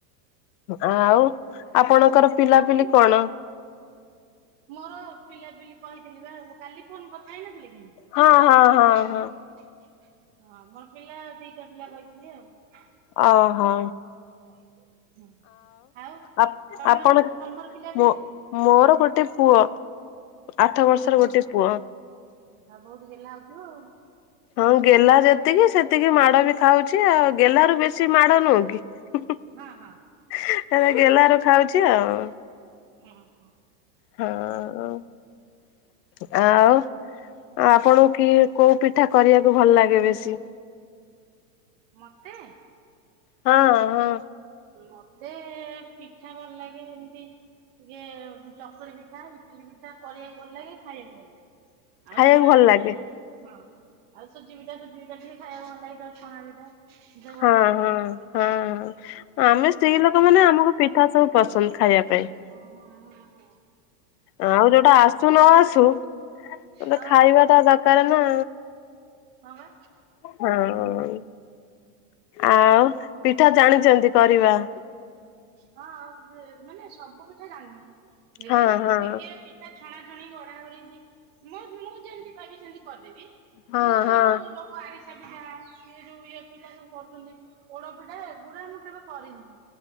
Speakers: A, on the left; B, on the right.
A: ଆଉ ଆପଣଙ୍କର ପିଲାପିଲି କଣ?
B: ମୋର ପିଲାପିଲି କହିଥିଲିବା କାଲି ଫୋନ୍ କଥା ହେଇନଥିଲିକି ଆମେ।
A: ହଁ ହଁ। ହଁ
B: ହୁଁ ହୁଁ ହଁ ମୋର ପିଲା ଦିଟା ପିଲା କହିଥିଲି ଆଉ
A: ଓହୋ
B: ହଁ। ହଁ ଆଉ
A: ଆ
B: ତମର
A: ଆପଣ
B: ତମର ପିଲା
A: ମୋ
B: ପିଲି?
A: ମୋର ଗୋଟେ ପୁଅ ଆଠ ବର୍ଷର
B: ହଁ ହଁ
A: ଗୋଟେ ପୁଅ।
B: ଆଉ ବହୁତ୍ ଗେହ୍ଲା ହଉଥିବ ଆଉ।
A: ହଁ ଗେଲା ଯେତିକି ସେତିକି ମାଡ଼ବି ଖାଉଚି ଆଉ ଗେହ୍ଲାରୁ ବେଶୀ ମାଡ଼ ନୁହଁ କି? ହେରା
B: ହଁ ହଁ।
A: ଗେହ୍ଲାରୁ ଖାଉଚି ଆଉ।
B: ଓ ହୋ।
A: ହଁ ଆଉ। ଆଉ? ଆଉ ଆପଣଙ୍କୁ କି କୋଉ ପିଠା କରିବାକୁ ଭଲ ଲାଗେ ବେଶୀ?
B: ମତେ?
A: ହଁ ହଁ
B: ମତେ ପିଠା ଭଲ ଲାଗେ ଏମିତି ଟିକେ ଚକୁଳି ପିଠା, ଇଟିଲି ପିଠା କରିବାକୁ ଭଲ ଲାଗେ। ଖାଇବାକୁ ଭଲ ଲାଗେ। ଆଉ
A: ଖାଇବାକୁ
B: ଛଣା
A: ଭଲ
B: ପିଠା
A: ଲାଗେ।
B: ଏଇ ଯୋଉ, ହଁ ଆଉ ସୁଜି ପିଠା ସୁଜି ପିଠା ଟିକେ ଖାଇବାକୁ ଭଲ ଲାଗେ ଛଣା ପିଠା। ଟିକେ ଭଲ
A: ହଁ
B: ଲାଗେ
A: ହଁ।
B: ଆଉ।
A: ହଁ ଆମେ ସ୍ତ୍ରୀ ଲୋକ ମାନେ ଆମକୁ ପିଠା ସବୁ ପସନ୍ଦ ଖାଇବା ପାଇଁ।
B: ଓ ହଁ, ହଁ, ହଁ।
A: ଆଉ ଯୋଉଟା ଆସୁ ନ ଆସୁ ଗୋଟେ
B: ହୁଁ
A: ଖାଇବା ଟା ଦରକାର ନା।
B: ହଁ ବା।
A: ହଁ। ଆଉ ପିଠା ଜାଣିଛନ୍ତି କରିବା?
B: ହଁ ମାନେ ସବୁ ପିଠା ଜାଣେନି। ହେଲେ
A: ହଁ
B: ବି
A: ହଁ।
B: ଟିକେ ତା ଛଣା ଛଣି ଗଡା ଗଡିକି ମୁଁ ମୁଁ ଯେମିତି ପାଇବି ସେମିତି କରିଦେବି।
A: ହଁ
B: କିନ୍ତୁ
A: ହଁ।
B: ଏଇ ଯୋଉ ଲୋକ ଆରିସା ପିଠା ଏଇ ଯୋଉ ଇଏ ପିଠା ସବୁ କରୁଛନ୍ତି। ପୋଡପିଠା ଏଗୁଡ଼ା ମୁଁ କେବେ କରିନି।